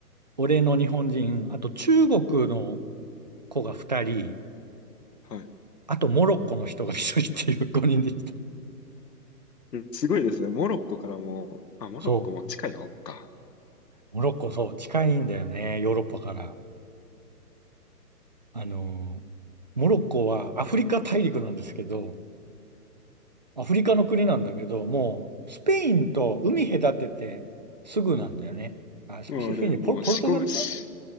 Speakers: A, on the right; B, on the left.
A: 俺の日本人、あと中国の子が2人、
B: はい。
A: あとモロッコの人が1人っていう5 <laughs> 人でした。
B: うんすごいですね。モロッコからも、あ、モロッコも近い方か。
A: そうモロッコ、そう、近いんだよね、ヨーロッパから。あのーモロッコはアフリカ大陸なんですけど、アフリカの国なんだけど、もう、スペインと海隔ててすぐなんだよね。あ、スペスペインでポル、
B: もうあれ、もう四国、
A: ポルトガルか
B: し